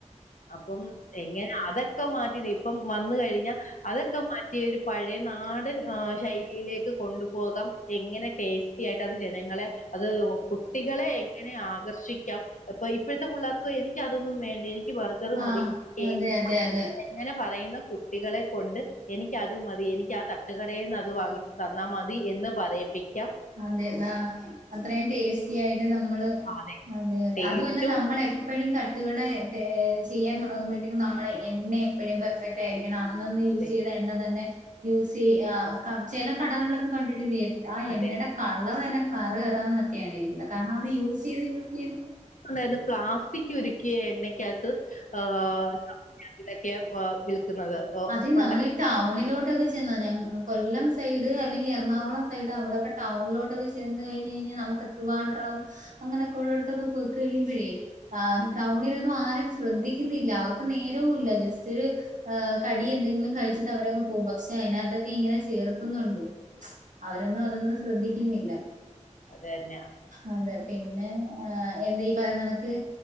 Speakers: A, on the left; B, on the right.
A: അപ്പം എങ്ങന അതൊക്കെ മാറ്റിനി ഇപ്പം വന്ന് കഴിഞ്ഞാ അതൊക്കെ മാറ്റിയൊരു പഴയ നാടൻ ശൈലിയിലേക്ക് കൊണ്ടുപോകാം എങ്ങനെ ടേസ്റ്റി ആയിട്ട് അത് ജനങ്ങളെ അത് കുട്ടികളെ എങ്ങനെ ആകർഷിക്കാം. അപ്പൊ ഇപ്പോഴത്തെ പുള്ളേർക്ക് എനിക്ക്‌ അതൊന്നും വേണ്ട എനിക്ക് ബർ ത്തറ്
B: ആഹ്
A: മതി. ടേസ്റ്റ്
B: അതെ അതെ അതെ
A: <unintelligible> അങ്ങനെ പറയുന്ന കുട്ടികളെ കൊണ്ട് എനിക്കത് മതി എനിക്ക് ആ തട്ടുകടയിൽ നിന്ന് അത് വാങ്ങി തന്നാൽ മതി എന്ന് പറയിപ്പിക്ക
B: അതേല. അത്രയും ടേസ്റ്റി ആയിട്ട് നമ്മള്,
A: അതെ
B: അതെതെ
A: ടേസ്റ്റും
B: അതുമല്ല നമ്മളെപ്പ എപ്പഴും തട്ടുകട ചെയ്യാൻ തൊടങ്ങുമ്പഴത്തേക്കും നമ്മളെ എണ്ണ എപ്പഴും പെർഫെക്റ്റ് ണം. അന്ന് നി യൂസ്
A: അതെ
B: ചെയ്ത എണ്ണ തന്നെ. യൂസി ആ ക ചില കടകളിലൊക്കെ കണ്ടിട്ടില്ലേ ആ
A: അതെ
B: എണ്ണയുടെ, കളർ തന്നെ കറി കയറന്നൊക്കെയ ആാണ് ഇരിക്കുന്നത് കാരണം അത് യൂസ് ചെയ്ത് യൂസ് ചെയ്ത്
A: അതായത് പ്ലാസ്റ്റിക് ഉരുക്കിയ എണ്ണക്കകത്ത് ഓ <unintelligible> വിൽക്കുന്നത് ഓ
B: അത്
A: ഉണ്ട
B: നമ്മളീ ടൗണിലോട്ടൊക്കെ ചെന്നാ ഞ കൊല്ലം സൈഡ് അല്ലെങ്കിൽ എറണാകുളം സൈഡ് അവിടെക്കെ ടൗണിലോട്ടൊക്കെ ചെന്ന് കഴിഞ് കഴിഞ്ഞാൽ നമക്ക് എ ത്രവാണ്ട്രം അങ്ങനെയൊക്കൊ ഉള്ളടത്തൊക്കെ പോയിക്കഴിയുമ്പഴേ ആ ടൗണിലൊന്നും ആരും ശ്രദ്ധിക്കുന്നില്ല. അവർക്ക് നേരവുല്ല. ജസ്റ്റ് ഒരു ആ കടി എന്തെങ്കിലും കഴിച്ചിട്ട് അവരങ്ങ് പോകും പക്ഷെ അതിനകത്തൊക്കെ ഇങ്ങനെ ചേർക്കുന്നുണ്ട് അവരൊന്നു അതൊന്നു ശ്രദ്ധിക്ക്ന്നില്ല.
A: അതന്നെ
B: അതെ. പിന്നെ എന്താ ഈ പറയുന്ന കണക്ക്